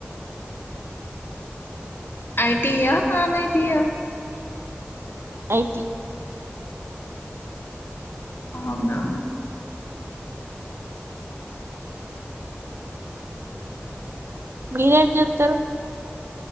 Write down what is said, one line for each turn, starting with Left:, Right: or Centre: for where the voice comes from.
Left: ఐ టీ యా ఆన్ ఐ టీ యా
Right: ఐ టి
Left: అవునా
Right: మీరేం చెత్తారు